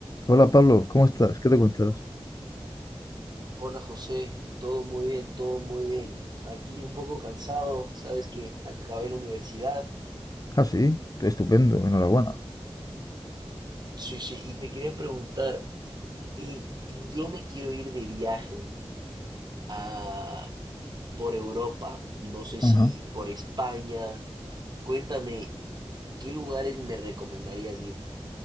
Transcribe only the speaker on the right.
Hola José, todo muy bien, todo muy bien. Aquí un poco cansado, sabes que acabé la universidad.
Sí, sí, y te quería preguntar, y yo me quiero ir de viaje a, por Europa, no sé si
por España. Cuéntame, ¿qué lugares me recomendarías ir?